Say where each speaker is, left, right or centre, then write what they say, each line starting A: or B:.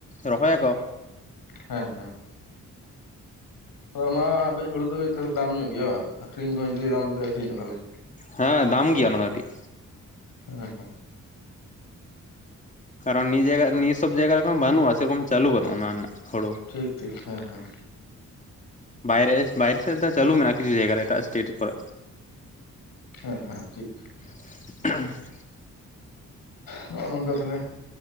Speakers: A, on the left; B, on the left.
A: ᱨᱚᱦᱚᱭ ᱟᱠᱚ᱾
B: ᱦᱮᱸ ᱦᱮᱸ ᱛᱚ ᱚᱱᱟ ᱠᱟᱹᱡᱽ ᱦᱩᱲᱩ ᱫᱚ ᱠᱟᱹᱡᱽ ᱫᱟᱢ ᱧᱚᱜ ᱜᱮᱭᱟ ᱵᱟᱝ ᱟᱹᱠᱷᱨᱤᱧ ᱠᱚᱦᱚ ᱡᱩᱫᱤ ᱫᱟᱢᱮ ᱟᱹᱠᱷᱨᱤᱧᱚᱜᱼᱟ ᱛᱟᱦᱞᱮ᱾
A: ᱦᱮᱸ ᱫᱟᱢ ᱜᱮᱭᱟ ᱚᱱᱟ ᱫᱚ ᱠᱟᱹᱴᱤᱡᱽ᱾
B: ᱦᱮᱸ ᱦᱮᱸ
A: ᱠᱟᱨᱚᱱ ᱱᱤᱭᱟᱹ ᱡᱟᱭᱜᱟ ᱱᱤᱭᱟᱹ ᱥᱚᱵ ᱡᱟᱭᱜᱟ ᱨᱮ ᱵᱟᱹᱱᱩᱜᱼᱟ ᱥᱮᱨᱚᱢ ᱪᱟᱹᱞᱩᱜᱼᱟ ᱚᱱᱟ ᱨᱮᱱᱟᱜ ᱦᱳᱲᱳ᱾
B: ᱴᱷᱤᱠ ᱴᱷᱤᱠ ᱦᱮᱸ ᱦᱮᱸ
A: ᱵᱟᱭᱨᱮ ᱵᱟᱭᱨᱮ ᱥᱮᱫ ᱫᱚ ᱪᱟᱹᱞᱩ ᱢᱮᱱᱟᱜᱼᱟ ᱠᱤᱪᱷᱩ ᱡᱟᱭᱜᱟ ᱨᱮ ᱮᱴᱟᱜ ᱮᱴᱮᱴ ᱠᱚᱨᱮ᱾
B: ᱦᱮᱸ ᱦᱮᱸ ᱴᱷᱤᱠ
A: <unintelligible>
B: ᱱᱚᱜᱼᱚᱭ ᱱᱚᱝᱠᱟ ᱛᱟᱦᱞᱮ